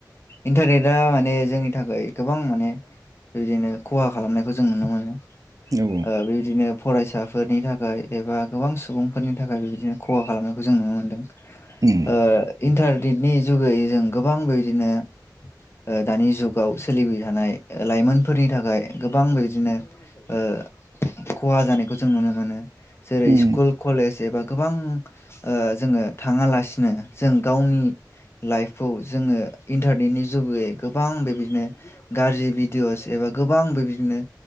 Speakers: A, on the left; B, on the right.
A: इन्टारनेटआ माने जोंनि थाखाय गोबां माने बिदिनो खहा खालामनायखौ जों नुनो मोनो।
B: औ
A: ओ बेबादिनो फरायसाफोरनि थाखाय एबा गोबां सुबुंफोरनि थाखाय बिबायदि दिनो खहा खालामनायखौ जों नुनो मोनदों।
B: उम
A: ओ इन्थार नेटनि जुगै जों गोबां बेबायदिनो ओ दानि जुगाव सोलिबाय थानाय लाइमोनफोरनि थाखाय गोबां बेबायदिनो ओ खहा जानायखौ जों नुनो मोनो । जेरै
B: उम
A: स्कुल कलेज <unintelligible> गोबां ओ जोङो थाङालासिनो जों गावनि लाइफखौ जोङो इन्टारनेटनि जुगै गोबां बेबायदिनो गाज्रि भिडिअ'स एबा गोबां बेबायदिनो